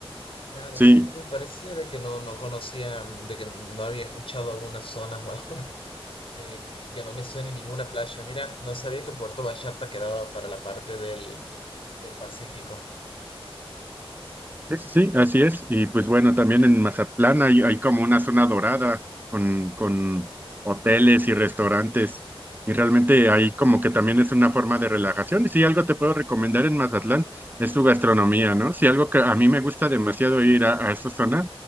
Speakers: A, on the left; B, on the right.
A: Claro,
B: Sí,
A: sí, pues, me parecía de que no, no conocía, mm, de que no había escuchado algunas zonas o <laughs> algunas eh, que que no me suene ninguna playa. Mira, no sabía que Puerto Vallarta quedaba para la parte del, del Pacífico.
B: Sí, sí, sí, así es. Y pues bueno, también en Mazatlán hay, hay como una zona dorada con, con hoteles y restaurantes. Y realmente ahí como que también es una forma de relajación. Y si algo te puedo recomendar en Mazatlán es su gastronomía, ¿no? Si algo que a mí me gusta demasiado ir a, a esa zona,